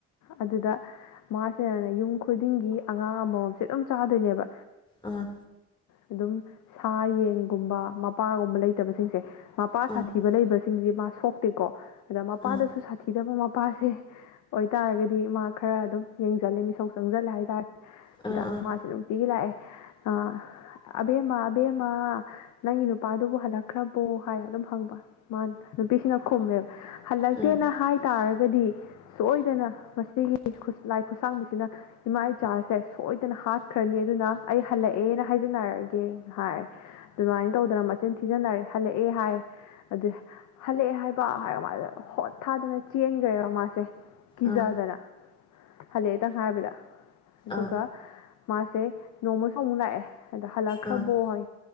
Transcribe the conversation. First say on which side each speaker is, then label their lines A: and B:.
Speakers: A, on the left (about 75°); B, on the left (about 15°).
A: ꯑꯗꯨꯗ ꯃꯥꯁꯤꯅꯅꯦ ꯌꯨꯝ ꯈꯨꯗꯤꯡꯒꯤ ꯑꯉꯥꯡ ꯑꯃꯝꯃꯝꯁꯦ ꯑꯗꯨꯝ ꯆꯥꯗꯣꯏꯅꯦꯕ
B: ꯑꯥ
A: ꯑꯗꯨꯝ ꯁꯥ ꯌꯦꯟꯒꯨꯝꯕ ꯃꯄꯥꯒꯨꯝꯕ ꯂꯩꯇꯕꯁꯤꯡꯁꯦ ꯃꯄꯥ
B: ꯑꯥ
A: ꯁꯥꯊꯤ ꯂꯩꯕ ꯁꯤꯡꯁꯤ ꯃꯥ ꯁꯣꯛꯇꯦꯀꯣ ꯑꯗ ꯃꯄꯥꯗꯁꯨ
B: ꯑꯥ
A: ꯁꯥꯊꯤꯗꯕ ꯃ ꯄꯥꯁꯦ ꯑꯣꯏꯇꯥꯔꯒꯗꯤ ꯃꯥ ꯈꯔ ꯑꯗꯨꯝ ꯌꯦꯡꯖꯜꯂꯦ ꯃꯤꯁꯧ ꯆꯪꯖꯜꯂꯦ ꯍꯥꯏꯇꯥꯔꯦ
B: ꯑꯥ ꯑꯥ
A: ꯑꯗ ꯃꯥꯁꯦ ꯅꯨꯡꯇꯤꯒꯤ ꯂꯥꯛꯑꯦ ꯑꯥ ꯑꯕꯦꯝꯃ ꯑꯕꯦꯝꯃ ꯅꯪꯒꯤ ꯅꯨꯄꯥꯗꯨꯕꯨ ꯍꯜꯂꯛꯈ꯭ꯔꯕꯣ ꯍꯥꯏꯔ ꯑꯗꯨꯝ ꯍꯪꯕ ꯃꯥ ꯅꯨꯄꯤꯁꯤꯅ ꯈꯨꯝꯃꯦ ꯍꯜꯂꯛꯇꯦꯅ
B: ꯑꯥ ꯑꯥ ꯑꯥ ꯑꯥ
A: ꯍꯥꯏ ꯇꯥꯔꯒꯗꯤ ꯁꯣꯏꯗꯅ ꯃꯁꯤꯒꯤ ꯂꯥꯏ ꯈꯨꯠꯁꯥꯡꯕꯤꯁꯤꯅ ꯏꯃꯥ ꯏꯆꯥꯁꯦ ꯁꯣꯏꯗꯅ ꯍꯥꯠꯈ꯭ꯔꯅꯤ ꯑꯗꯨꯅ ꯑꯩ ꯍꯜꯂꯛꯑꯦꯅ ꯍꯥꯏꯖꯟꯅꯔꯒꯦꯅ ꯍꯥꯏ ꯑꯗꯨꯃꯥꯏꯟ ꯇꯧꯗꯅ ꯃꯆꯤꯟ ꯊꯤꯖꯤꯟꯅꯔꯦ ꯍꯜꯂꯛꯑꯦ ꯍꯥꯏ ꯑꯗꯨ ꯍꯜꯂꯛꯑꯦ ꯍꯥꯏꯕ ꯍꯥꯏꯔ ꯃꯥꯖꯦ ꯍꯣꯠ ꯊꯥꯗꯅ ꯆꯦꯟꯒ꯭ꯔꯦꯕ ꯃꯥꯁꯦ ꯀꯤꯖꯗꯅ
B: ꯑꯥ
A: ꯍꯜꯂꯛꯑꯦꯇꯪ ꯍꯥꯏꯕꯗ ꯑꯗꯨꯒ
B: ꯑꯥ
A: ꯃꯥꯁꯦ ꯅꯣꯡꯃꯁꯨ ꯑꯃꯨꯛ ꯂꯥꯛꯑꯦ ꯑꯗ ꯍꯜꯂꯛꯈ꯭ꯔꯕꯣ
B: ꯑꯥ
A: ꯍꯥꯏ